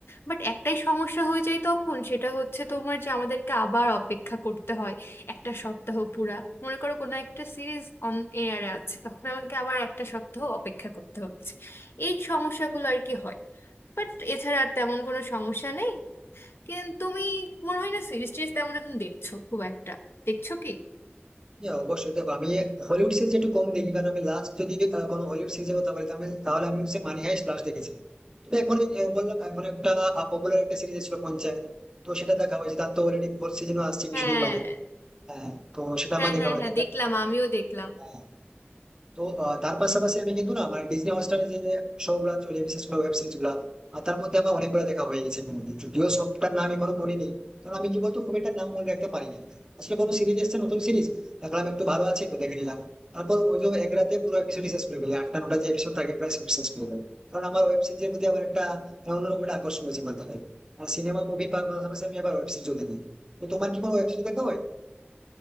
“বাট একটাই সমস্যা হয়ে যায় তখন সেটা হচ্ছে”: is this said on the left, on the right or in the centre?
Left